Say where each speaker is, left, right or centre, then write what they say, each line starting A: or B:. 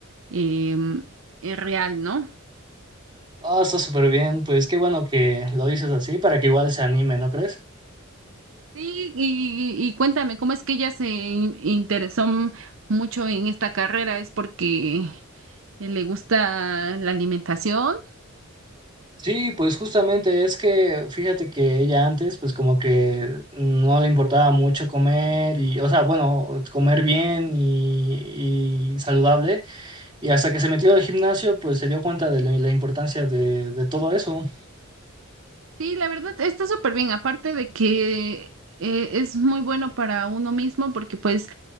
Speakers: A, on the right; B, on the right.
A: em, eh, real, ¿no?
B: Ah, está súper bien, pues qué bueno que lo dices así para que igual se anime, ¿no crees?
A: Sí, y, y cuéntame, ¿cómo es que ella se in- interesó m- mucho en esta carrera? ¿Es porque eh, le gusta la alimentación?
B: Sí, pues justamente es que fíjate que ella antes pues como que no le importaba mucho comer y, o sea, bueno, comer bien y, y saludable y hasta que se metió al gimnasio pues se dio cuenta de la, la importancia de, de todo eso.
A: Sí, la verdad está súper bien, aparte de que eh, es muy bueno para uno mismo porque pues